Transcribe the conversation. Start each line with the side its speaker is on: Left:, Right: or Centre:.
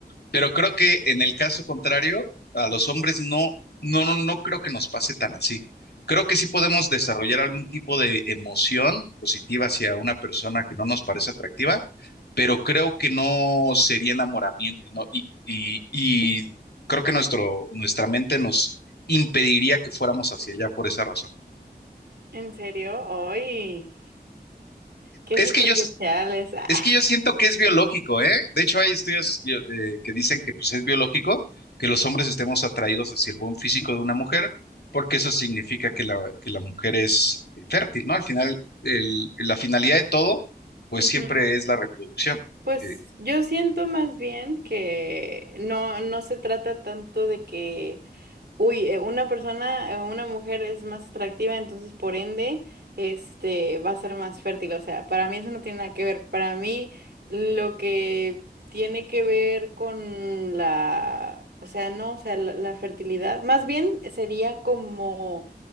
Left: pero creo que en el caso contrario, a los hombres no, no, no, no creo que nos pase tan así. Creo que sí podemos desarrollar algún tipo de emoción positiva hacia una persona que no nos parece atractiva, pero creo que no sería enamoramiento y no, y, y, y creo que nuestro, nuestra mente nos impediría que fuéramos hacia allá por esa razón.
Right: ¿En serio? ¡Ay! ¡Qué
Left: Es
Right: superficiales!
Left: que yo,
Right: <laughs> Ah.
Left: Es que yo siento que es biológico, ¿eh? De hecho, hay estudios bio- eh, que dicen que pues, es biológico que los hombres estemos atraídos hacia el buen físico de una mujer, porque eso significa que la, que la mujer es eh, fértil, ¿no? Al final, el- la finalidad de todo, pues
Right: Ujú.
Left: siempre es la reproducción.
Right: Pues
Left: Eh,
Right: yo siento más bien que no, no se trata tanto de que, uy, eh, una persona, eh, una mujer es más atractiva, entonces por ende, este, va a ser más fértil. O sea, para mí eso no tiene nada que ver. Para mí lo que tiene que ver con la, o sea, no, o sea, la la fertilidad, más bien sería como